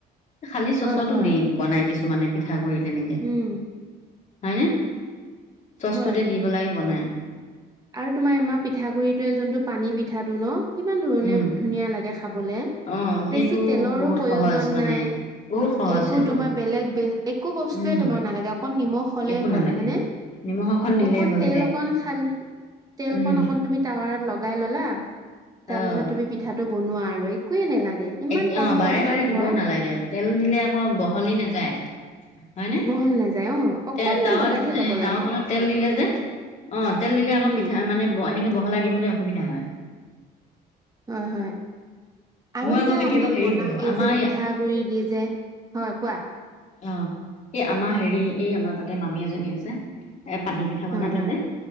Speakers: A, on the left (about 45°); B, on the right (about 20°).
A: খালি চচতো
B: হয় হয়
A: দি বনাই কিছুমানে পিঠাগুৰি তেনেকে।
B: উম
A: হয়নে চচটোতে
B: হয়
A: দি পেলাই বনাই।
B: আৰু তোমাৰ আমাৰ পিঠাগুড়িটোৱে যোনটো পানী পিঠাটো ন'। কিমান ধৰণে
A: উম
B: ধুনীয়া লাগে খাবলে,
A: অ সেইটো
B: বেছি তেলৰো
A: বহুত
B: প্ৰয়োজন
A: সহজ মানে
B: নাই।
A: বহুত সহজ
B: একো
A: সেইটো
B: তোমাৰ বেলেগ বে একো বস্তুৱয়ে
A: উম
B: তোমাৰ নালাগে অকন নিমখ হলেই
A: একো
B: হ'ল
A: নালাগে
B: হয়নে,
A: নিমখ দিলেই
B: অকণ
A: হৈ
B: তেল
A: যায়
B: অকণ খালি তেলকন
A: উম
B: অকন তুমি টাৱাৰ লগাই ল'লা তাৰপিছত
A: অ
B: তুমি পিঠাটো বনোৱা আৰু, একোৱে নালাগে। ইমান
A: একে
B: কম
A: অ'
B: খৰচত
A: বাৰে বাৰে দিবও
B: হয়
A: নালাগে, তেল দিলে আকৌ বহলি নাযায়। হয়নে
B: বহলি নাযায় অ'। অকনমান
A: তে টাৱাত
B: লগাইহে
A: এ,
B: ল'ব লাগে
A: টাৱাখনত তেল দিলে যে অ' তেল দিলে আকৌ
B: উম
A: পিঠা মানে ব এনেকে বহলাই দিবলৈ অসুবিধা হয়।
B: হয় হয় আৰু
A: মই আকৌ
B: যে
A: কেতিয়াবা
B: আমি
A: হেৰি
B: বনাও
A: কৰো
B: এই
A: আমাৰ
B: যে পিঠা গুৰি দি যে, হয় কোৱা।
A: অ' এই আমাৰ হেৰি এই আমাৰ তাতে মামী এজনী আছে এ, পানী পিঠা বনালে
B: হয় হয়
A: যে